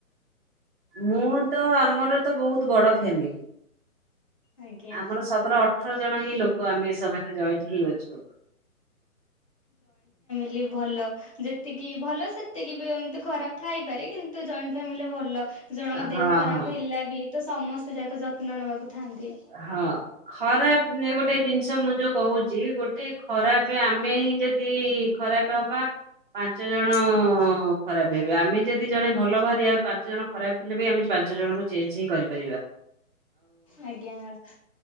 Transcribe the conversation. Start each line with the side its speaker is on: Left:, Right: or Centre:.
Right: ମୁଁ, ତ ଆମର ତ ବହୁତ ବଡ ଫ୍ୟାମିଲି!
Left: ଆଜ୍ଞା
Right: ଆମର ସତର ଅଠ୍ ଅଠର ଜଣ ହିଁ ଲୋକ ଆମେ, ସମେତେ ଜଏଣ୍ଟ ହେଇ ଅଛୁ।
Left: ଲି ଭଲ। ଯେତିକି ଭଲ ସେତିକି ବି ଏମତି ଖରାପ ଥାଇପାରେ! କିନ୍ତୁ ଜଏଣ୍ଟ ଫ୍ୟାମିଲିରେ ଭଲ ଜଣଙ୍କ
Right: ହଁ
Left: ଦେହ ଖରାପ
Right: ହଁ
Left: ହେଲା ବି, ତ ସମସ୍ତେ ଯାକ ଯତ୍ନ ନବାକୁ ଥାନ୍ତି।
Right: ହଁ। ଖରାପ ଗୋଟେ ଜିନିଷ ମୁଁ ଯୋଉ କହୁଛି। ଗୋଟେ ଖରାପେ ଆମେ ହିଁ ଯଦି ଖରାପ ହବା, ପାଞ୍ଚ ଜଣ-ଅ ଖରାପ ହେବେ। ଆମେ ଯଦି ଜଣେ ଭଲ ବାହାରିବା ପାଞ୍ଚ ଜଣ ଖରାପ ହେଲେ ବି ଆମେ ପାଞ୍ଚ ଜଣଙ୍କୁ ଚେଞ୍ଜ ହିଁ କରିପାରିବା।
Left: ଆଜ୍ଞା, ଆ